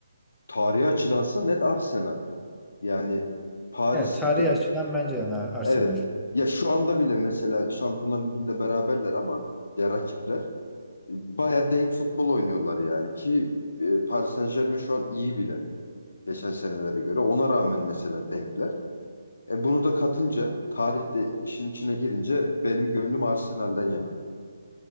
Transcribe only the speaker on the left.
Tarihi açıdansa net Arsenal. Yani Paris
ge-
evet. Ya şu anda bile mesela Şampiyonlar Ligi'nde beraberler ama ya rakipler Baya denk futbol oynuyorlar yani ki e, Paris Saint-Germain şu an iyi bile geçen senelere göre. Ona rağmen mesela denkler. E bunu da katınca tarihte işin içine girince benim gönlüm Arsenal'den yana.